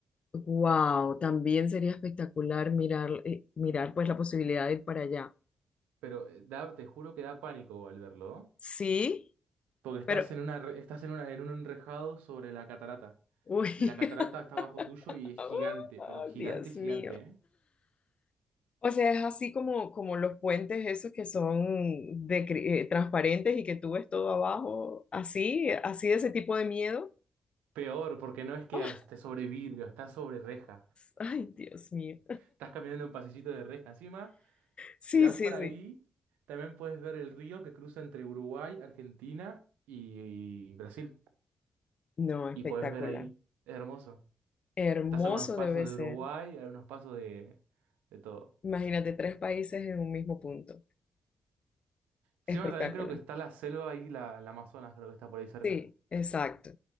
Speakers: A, on the left (about 50°); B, on the right (about 80°).
A: wow, también sería espectacular mirar, eh, mirar pues la posibilidad de ir para allá.
B: Pero eh, da, te juro que da pánico al verlo, ¿no?
A: Sí,
B: Porque estás
A: pero,
B: en una, re- estás en una, en un enrejado sobre la catarata.
A: uy,
B: Y la catarata
A: <laughs>
B: está bajo tuyo y es
A: oh,
B: gigante, pero gigante,
A: Dios
B: gigante,
A: mío.
B: ¿eh?
A: O sea, es así como, como los puentes esos que son de, cri- eh, transparentes y que tú ves todo abajo, así, así de ese tipo de miedo.
B: Peor, porque no es que
A: Ah,
B: esté sobre vidrio, está sobre reja.
A: ay, Dios mío.
B: Estás caminando en pasillito de reja. Encima,
A: Sí,
B: si vas
A: sí,
B: para
A: sí.
B: ahí, también puedes ver el río que cruza entre Uruguay, Argentina y Brasil.
A: No, espectacular.
B: y puedes ver ahí. Es hermoso.
A: Hermoso
B: Estás a unos pasos
A: debe
B: de
A: ser.
B: Uruguay, a unos pasos de, de todo.
A: Imagínate tres países en un mismo punto.
B: Encima
A: Espectacular.
B: también creo que está la selva ahí, la, la Amazonas, creo que está por ahí cerca.
A: Sí, exacto.